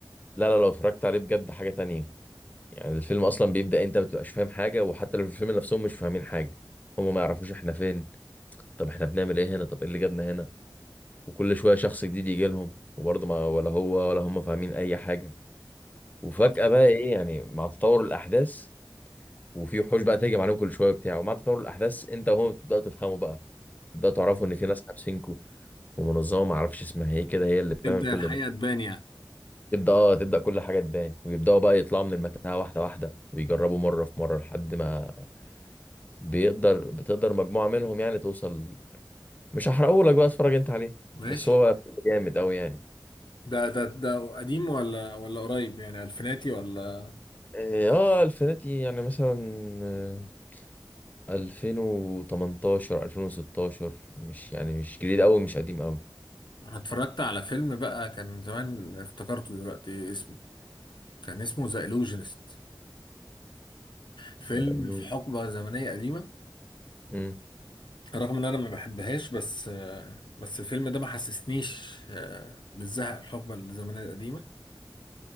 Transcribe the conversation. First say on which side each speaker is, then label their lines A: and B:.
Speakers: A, on the left; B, on the left.
A: لا لا لو اتفرجت عليه بجد حاجه تانية يعني الفيلم اصلا بيبدا انت ما بتبقاش فاهم حاجه وحتى لو في الفيلم نفسهم مش فاهمين حاجه هم ما يعرفوش احنا فين طب احنا بنعمل ايه هنا طب ايه اللي جابنا هنا وكل شويه شخص جديد يجي لهم وبرضه ما ولا هو ولا هم فاهمين اي حاجه وفجأة
B: يعني
A: بقى ايه يعني مع تطور الأحداث وفي وحوش بقى تهجم عليهم كل شوية وبتاع ومع تطور الأحداث أنت وهو بتبدأ تفهموا بقى تبدأ تعرفوا إن في ناس حابسينكوا ومنظمة معرفش اسمها ايه كده هي اللي بتعمل
B: تبدأ
A: كل
B: الحقيقة
A: ده
B: تبان يعني
A: تبدأ اه تبدأ كل حاجة تبان ويبدأوا بقى يطلعوا من المتاهة واحدة واحدة ويجربوا مرة في مرة لحد ما بيقدر بتقدر مجموعة منهم يعني توصل مش هحرقه لك بقى اتفرج أنت عليه
B: ماشي
A: بس هو جامد أوي يعني
B: ده ده ده قديم ولا ولا قريب يعني ألفيناتي ولا
A: اه آه، الفناتي يعني مثلا آه، 2018 2016 مش يعني مش جديد قوي مش قديم قوي
B: أنا اتفرجت على فيلم بقى كان زمان افتكرته دلوقتي اسمه كان اسمه ذا إلوجينست فيلم
A: زعلوك
B: في حقبة زمنية قديمة
A: امم
B: رغم إن أنا ما بحبهاش بس آه، بس الفيلم ده ما حسسنيش آه، بالزهق الحقبة الزمنية القديمة